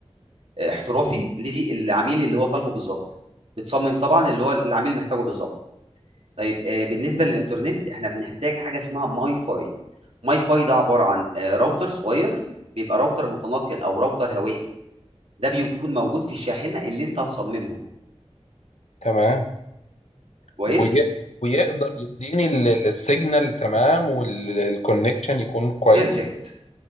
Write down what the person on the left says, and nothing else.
تمام
وي... ويقدر يديني ال- ال- السيجنال تمام والكونكشن يكون كويس